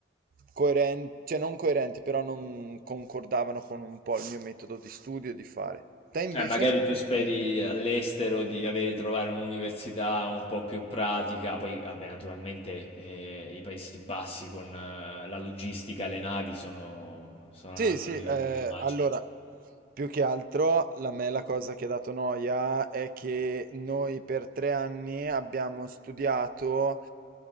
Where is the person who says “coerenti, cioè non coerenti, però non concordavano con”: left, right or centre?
Right